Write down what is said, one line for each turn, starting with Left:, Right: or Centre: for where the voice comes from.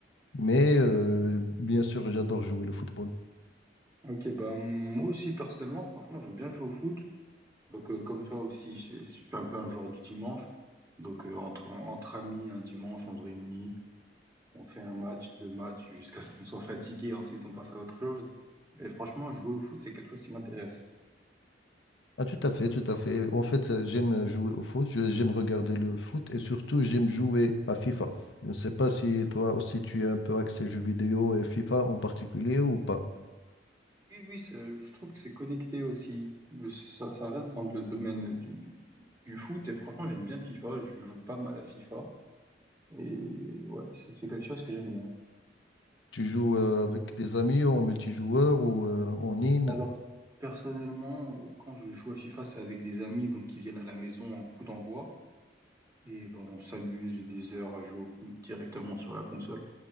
Left: Mais euh, bien sûr, j'adore jouer le football.
Right: Ok, bah, moi aussi, personnellement, franchement, j'aime bien jouer au foot. Donc, euh, comme toi aussi, je, je suis un peu un joueur du dimanche. Donc, euh, entre, entre amis, un dimanche, on se réunit, on fait un match, deux matchs, jusqu'à ce qu'on soit fatigué. Ensuite, on passe à autre chose. Mais franchement, jouer au foot, c'est quelque chose qui m'intéresse.
Left: Ah, tout à fait, tout à fait. En fait, euh, j'aime jouer au foot, je- j'aime regarder le foot et surtout, j'aime jouer à FIFA. Je ne sais pas si toi aussi tu es un peu axé jeux vidéo et FIFA en particulier ou pas.
Right: Oui, oui, c'est- je trouve que c'est connecté aussi. Euh, Ça, ça reste dans le domaine du, du, du foot. Et franchement, j'aime bien FIFA. Je joue pas mal à FIFA. Et ouais, c'est c'est quelque chose que j'aime bien.
Left: Tu joues euh, avec des amis en multijoueur ou euh, en ligne?
Right: Alors, personnellement, euh, quand je joue à FIFA, c'est avec des amis donc qui viennent à la maison en coup d'envoi. Et ben, on s'amuse des heures à jouer au foot directement sur la console.